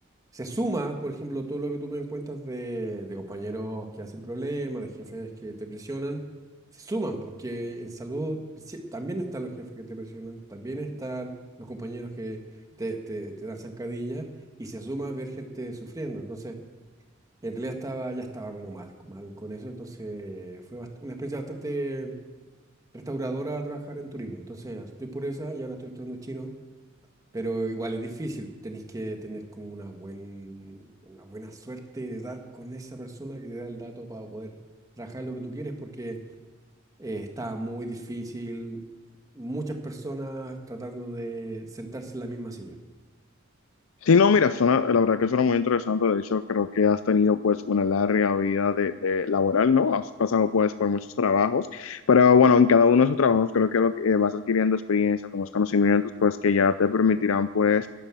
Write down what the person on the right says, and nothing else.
se suma, por ejemplo, todo lo que tú me cuentas de, de compañeros que hacen problemas, de jefes que te presionan, se suman, porque en salud sí, también están los jefes que te presionan, también están los compañeros que te, te, te dan zancadilla, y se suma ver gente sufriendo. Entonces, en realidad estaba, ya estaba como mal, mal con eso, entonces fue bast- una experiencia bastante restauradora trabajar en turismo. Entonces, estoy por esa y ahora estoy estudiando chino pero igual es difícil, tenés que tener como una, buen, una buena suerte de dar con esa persona que te da el dato para poder trabajar lo que tú quieres, porque eh, está muy difícil muchas personas tratando de sentarse en la misma silla.